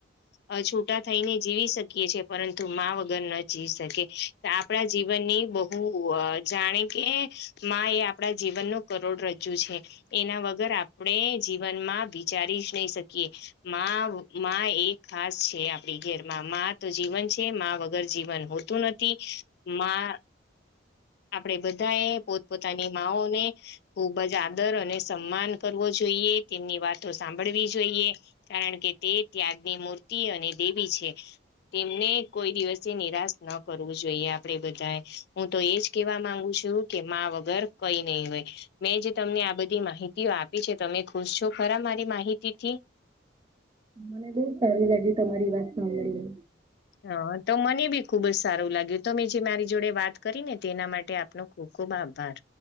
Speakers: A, on the left; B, on the right.
A: અ છૂટા થઈને જીવી શકીએ છેએ પરંતુ માં વગર ન જીવી શકે. આપણા જીવનની બહુ જાણે કે મા એ આપણા જીવનનોો કરોડ રજ. એના વગર આપણે જીવનમાં વિચારી જ નહી શકીએ. માં એ ખાસ છે આપડી ઘેરમાં મા તો જીવન છે વગર જીવન હોતું નથી. <inaudible> આપડે બધા એ પોતપોતાની માઓને ખુબ જ આદર અને સન્માન કરવો જોઈએ. ઈએ તેમની વાતો સાંભળવી જોઈએ કારણ કે તે ત્યાગની મૂર્તિ અને દેવી છે. તેમને કોઈ દિવસે નિરાશ ન કરવું જોઈએ આપે બધા હું તો એજ. કેવા માંગુ છું કે વગર કઈ નહી હોય મેં જે તમને આ બધી માહિતીઓ આપી છે તને. તમે ખુશ છો ખરા મારી માહિતીથી.
B: મને બહ સારું લાગ્યું તમારી વાત સાંભળીએ.
A: હ તો મને બી ખુબ જ સારું લાગ્યું તો મેં જે મારી જોડે વાત કરી ને તેના માટે આપનો ખુબ. ખુબ આભાર.